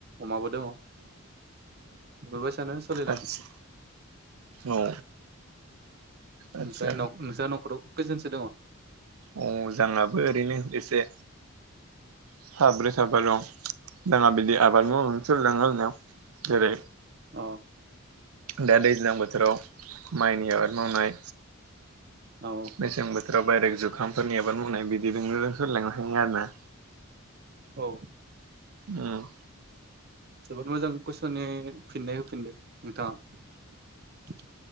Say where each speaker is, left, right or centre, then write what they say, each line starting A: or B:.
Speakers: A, on the right; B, on the right.
A: अमाबो दङ'। बेबायसानो सोलिलाङो।
B: आदसा औ। आदसा
A: ओमफ्राय न' नोंस्रा नखराव? कैजोनसो दङ?
B: अ जोंहाबो ओरैनो एसे साब्रै साबा दं जोंहा बिदि आबाद मावनानै सोलिलाङो आरोना। जेरै
A: औ।
B: दा दैज्लां बोथोराव माइनि आबाद मावनाय
A: औ
B: मेसें बोथोर <unintelligible> जुखामफोरनि आबाद मावनाय बिदिजोंनो सोलिलांनो हायो आरोना।
A: औ।
B: ओम।
A: जोबोद मोजां कुइसननि फिननाय हो फिनदो नोंथाङा।